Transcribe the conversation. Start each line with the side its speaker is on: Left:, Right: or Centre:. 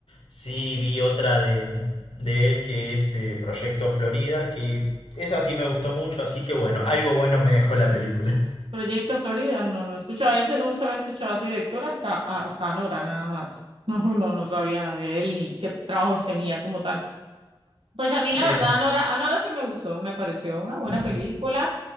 Left: sí vi otra de, de él que es eh, Proyecto Florida, que esa sí me gustó mucho, así que bueno, algo bueno me dejó la película.
Right: Proyecto Florida, no, no he escuchado ese, nunca había escuchado a ese director hasta, hasta Anora, nada más. <laughs> No, no, no sabía de él ni qué trabajos tenía como tal. Pues a mí,
Left: <laughs>
Right: la
Left: Bien.
Right: verdad, Anora, Anora sí me gustó, me pareció una buena
Left: <clears throat>
Right: película,